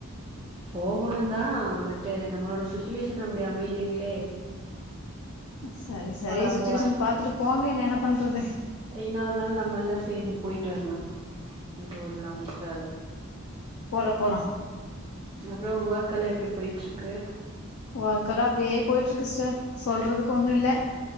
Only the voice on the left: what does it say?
சரி சரி
சுச்சுவேஷன்
பாத்துட்டு போங்க னே என்னா பண்றது
போல போலா
வா கல்லா அப்டே போய்ட்ருக்குஸ்டர் சொல்றதுக்கு ஒண்ணு இல்ல